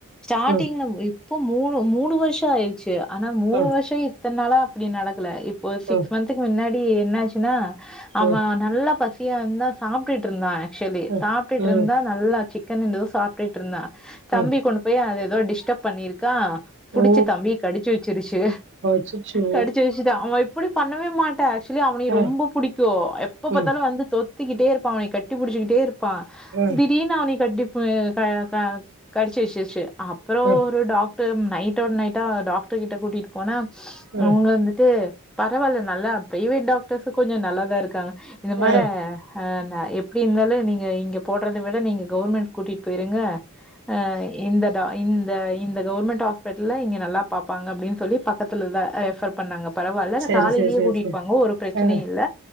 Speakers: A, in the centre; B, on the right (about 55°).
A: ஸ்டார்டிங்ல
B: ம்
A: இப் இப்போ மூணு மூணு வருஷோ ஆயிரிச்சி ஆனா மூணு
B: ம்
A: வருஷோ ஆயி இத்தன் நாளா இப்டி நடக்கல இப் போ சிக்ஸ்
B: ம்
A: மந்த்க்கு முன்னாடி டி என்னாச் சினா அவன்
B: ம்
A: நல்லா பசியா இருந்தா சாப்ட்டுட்டு இருந்தா ஆக் சுவலி
B: ம்
A: சாப்ட்டுட்டு இருந்தா
B: ம்
A: நல்லா சிக் கன் எதோ சாப்ட்டுட்டு இருந்தா
B: ம்
A: தம்பி கொண்டு போய் அது எதோ டிஸ்டர்ப் பண்ணியிருக்கான் புடிச்சி
B: ஓ
A: தம்பிய கடிச்சி வச்சிருச்சி
B: அச்சச்சோ
A: கடிச்சி வச்சிட்டு அவன் அப்டி பண்ணவே மாட்ட ஆக்சுவலி உன்னைய
B: ஆ
A: ரொம்ப புடிக்கும் எப்ப பாத்தாலு
B: ம்
A: வந்து தொத் திக்கிட்டே இருப்பா அவனய கட்டி புடிச்சிக்கிட்டே இருப் பா
B: ஆ
A: திடீர்னு அவன கட்டி பூனை க க கடிச்சி வச்சிருச்சி அப்புறம்
B: ஆ
A: ஒரு டாக் டர் நைட்டோட நைட்டா டாக்டர்கிட்ட கூட்டிட்டு போன
B: ஆ
A: அவுங்க வந்துட்டு பரவாயில்ல நல்லா பிரைவேட் டாக் டர்ஸ் கொஞ்சோ நல்லாதா இருக்காங்க இந்த மாரி
B: ஆ
A: ஆ எப்டி இருந்தாலும் நீங்க இங்க போடுறத விட நீங்க கவுர்மெண்ட் கூட்டிட்டு போயிருங்க ஆ இந்த டா இந்த இந்த கவுர்மெண்ட் ஹாஸ்பிட்டல இங்க நல்லா பாப்பாங்க அப்டின் சொல்லி பக்கத்துல தா ரெஃபர் பண்ணாங்க பரவாயில்ல ஆனா
B: சரி
A: காலையிலே
B: சரி சரி
A: கூட்டிட்டு
B: சரி
A: போங்க ஒரு பிரச்சனை
B: ஆ
A: இல்ல